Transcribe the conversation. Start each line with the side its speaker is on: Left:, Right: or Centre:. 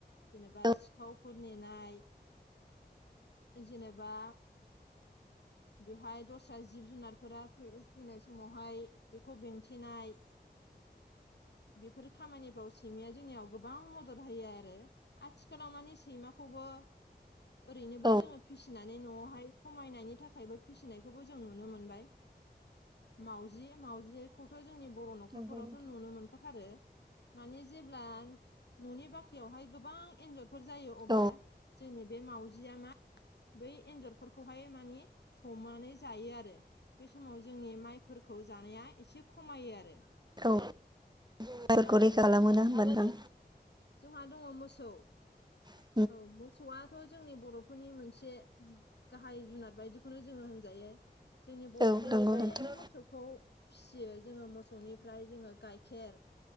Left: जेनेबा
Right: औ
Left: सिखावफोर नेनाय जेनेबा बेवहाय दस्रा जिब जुनारफोरा फै-फैनाय समावहाय बेखौ बेंथेनाय
Right: ज
Left: बेफोर खामानिफ्राव सैमाया जोंनियाव गोबां मदद होयो आरो। आथिखालाव माने सैमाखौबो ओरैनोबो
Right: औ
Left: जोङो फिसिनानै न'आवहाय नायनि थाखायबो फिसिनायखौबो जों नुनो मोनबाय मावजि मावजि खौथ' जोंनि बर' न'खरफोरावथ'
Right: नंगौ नोंथां
Left: नुनो मोनखाथारो। माने जेब्ला न'नि बाख्रियावहाय गोबां एन्जर फोर जायो अब्ला
Right: औ
Left: जोंनि बे माउजिया मा बै एन्जर फोरखौहाय माने हमनानै जायो आरो। बे समाव जोंनि माइफोरखौ जानाया एसे खमायो आरो।
Right: औ <unintelligible>
Left: आरो
Right: खालामोना
Left: जोंहा
Right: होमबा
Left: औ
Right: नोंथां
Left: जोंहा दङ मोसौ
Right: औ
Left: औ मोसौआथ' जोंनि बर'फोरनि मोनसे ओम गाहाय जुनार बायदिखौनो जोङो होनजायो जोंनि बर'फोरा
Right: औ नंगौ
Left: फ्रायानो
Right: नोंथां
Left: मोसौ खौ फिसियो जोङो मोसौनिफ्राय जोङो गाइखेर